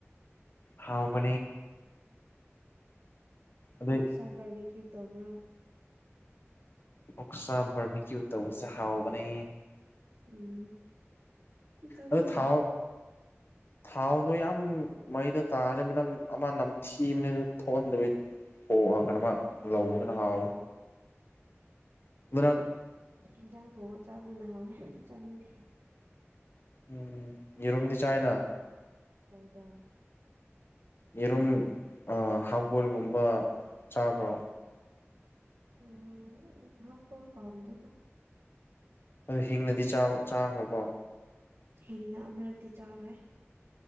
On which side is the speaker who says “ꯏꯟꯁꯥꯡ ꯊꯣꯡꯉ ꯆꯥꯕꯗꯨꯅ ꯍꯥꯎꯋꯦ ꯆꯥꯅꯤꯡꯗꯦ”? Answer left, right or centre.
Right